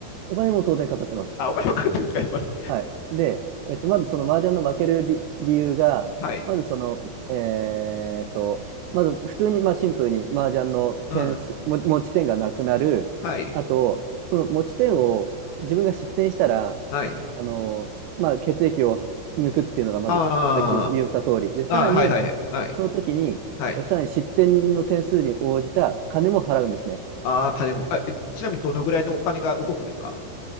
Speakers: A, on the right (about 80°); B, on the left (about 70°).
A: お金も当然かかってます。
B: あ、お金はかかってるんですかやっぱり。
A: はい。で、えっと、まずその麻雀の負ける理、理由が、
B: <laughs> はい。
A: まずその、えーっと、まず普通にまあシンプルに麻雀の点数、
B: うん。
A: も持ち点がなくなる。
B: はい。
A: あと、その持ち点を自分が失点したら、
B: はい。
A: あの、まあ血液を抜くっていうのがまずさっきも言った通り。
B: あ
A: で、さらに、
B: ああ、はいはいはいはい。
A: その時に、
B: はい。
A: えさらに失点の点数に応じた金も払うんですね。
B: ああ、金も。あ、えちなみにどのぐらいのお金が動くんですか